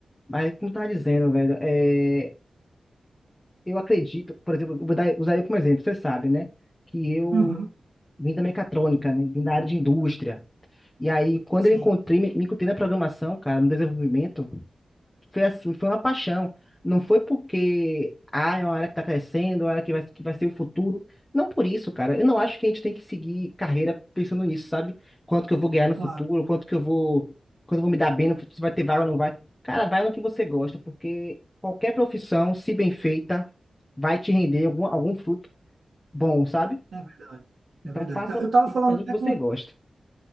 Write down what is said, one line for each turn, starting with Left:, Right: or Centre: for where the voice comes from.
Left: Mas, como eu tava dizendo, velho, é, eu acredito, por exemplo, eu vou dar, usar eu como exemplo, você sabe, né? Que eu
Right: Uhum,
Left: vim da mecatrônica, né? Vim da área de indústria. E aí, quando
Right: sim,
Left: eu encontrei, me, me encontrei na programação, cara, no desenvolvimento. Foi assim, foi uma paixão. Não foi porque, ah, é uma área que está crescendo, é uma área que vai, que vai ser o futuro. Não por isso, cara. Eu não acho que a gente tem que seguir carreira pensando nisso, sabe? Quanto que eu vou ganhar no futuro,
Right: claro,
Left: quanto que eu vou, quanto eu vou me dar bem no futuro, se vai ter vaga ou não vai. Cara, vai no que você gosta, porque qualquer profissão, se bem feita, vai te render algum, algum fruto bom, sabe?
Right: é verdade.
Left: Então
Right: É verdade.
Left: passa,
Right: Tá, Eu estava
Left: tem
Right: falando
Left: que fazer
Right: até
Left: o que você
Right: com,
Left: gosta.